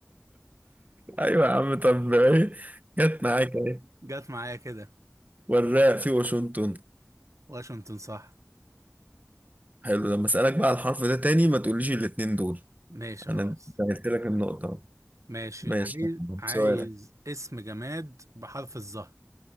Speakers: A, on the right (about 30°); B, on the right (about 80°).
A: ايوه يا عم طب ايه جت معاك اهي
B: جت معايا كده
A: والراء في واشنطن
B: واشنطن صح
A: حلو لما اسالك بقى على الحرف ده تاني ما تقوليش الاتنين دول
B: ماشي
A: انا
B: خلاص
A: سهلت لك النقطة
B: ماشي
A: ماشي
B: عايز عايز
A: سؤالك
B: اسم جماد بحرف الظهر